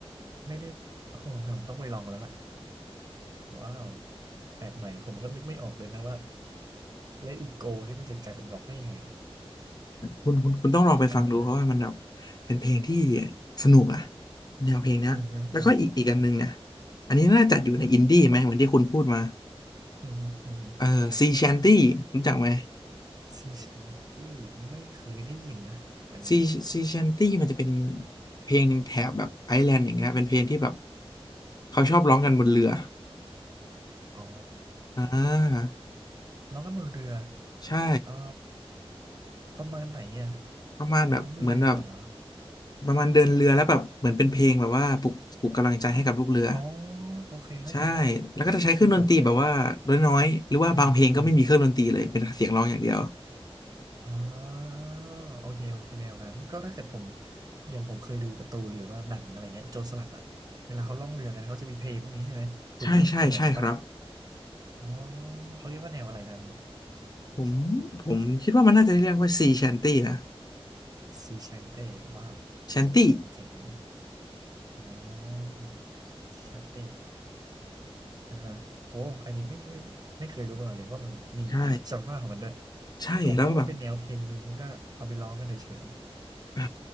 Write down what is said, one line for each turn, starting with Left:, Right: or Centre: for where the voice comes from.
Right: ไม่ได้โอ้โหสงสัยผมต้องไปลองแล้วล่ะว้าวแปลกใหม่ผมก็นึกไม่ออกเลยนะว่า Let It Go นี่มันจะกลายเป็นร็อกได้ยังไง
Left: คุณคุณคุณต้องลองไปฟังดูเพราะว่ามันแบบ
Right: อ่าอ่า
Left: เป็นเพลงที่สนุกอะแนวเพลงเนี้ยแล้วก็อีกอีกอันหนึงเนี่ย
Right: อือฮึอือฮึ
Left: อันนี้น่าจะอยู่ในอินดี้ไหมเหมือนที่คุณพูดมา
Right: อือฮึอือฮึ
Left: เออซีแชนตี้รู้จักไหม
Right: ซีแชมปี้ไม่เคยได้ยินนะอันนี้
Left: ซีซีแชนตี้มันจะเป็นเพลงแถบแบบไอร์แลนด์อย่างเงี้ยเป็นเพลงที่แบบเขาชอบร้องกันบนเรือ
Right: อ๋อ
Left: อ่า
Right: ร้องกันบนเรือ
Left: ใช่
Right: เอ่อประมาณไหนอ่ะ
Left: ประมาณแบบเหมือนแบบ
Right: ร้องบนเรือเหรอ
Left: ประมาณเดินเรือแล้วแบบเหมือนเป็นเพลงแบบว่าปลุกปลุกกำลังใจให้กับลูกเรือ
Right: อ๋อโอเคเข้าใจละ
Left: ใช่ แล้วก็จะใช้เครื่องดนตรีแบบว่าน้อยๆหรือว่าบางเพลงก็ไม่มีเครื่องดนตรีเลย
Right: คือคือผมเคยอือฮึอือฮึ
Left: เป็นเสียงร้องอย่างเดียว
Right: อ๋อโอเคมันคือแนวนั้นก็ถ้าเกิดผมอย่างผมเคยดูการ์ตูนหรือว่าหนังอะไรเงี้ยโจรสลัดอ่ะเวลาเขาล่องเรือกันเขาจะมีเพลงพวกนี้ใช่ไหมถูกไหมเป็นแบบนี้ปะ
Left: ใช่ใช่ใช่ครับ
Right: อ๋อเขาเรียกว่าแนวอะไรนะอันนี่
Left: ผมผมคิดว่ามันน่าจะเรียกว่าซีแชนตี้นะ
Right: ซีชันเต้ว้าวเจ๋งเจ๋งเจ๋งอันนี้
Left: แชนตี้
Right: อ่าซีชันเต้ อ่าฮะโอ้อันนี้ไม่ไม่ไม่ไม่เคยรู้มาก่อนเลยว่ามันมีจอนราวด์ของมันด้วย
Left: ใช่ใช่
Right: ผมนึกว่าเป็นแนวเพลงหนึ่งแล้วก็เอาไปร้องกันเฉย
Left: แล้วก็แบบอ่า